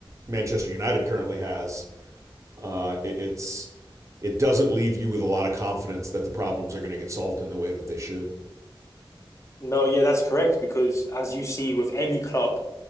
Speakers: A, on the right (about 35°); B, on the left (about 35°).
A: Manchester United currently has, uh, it, it's it doesn't leave you with a lot of confidence that the problems are going to get solved in the way that they should.
B: No, yeah, that's correct. Because as you see with any club,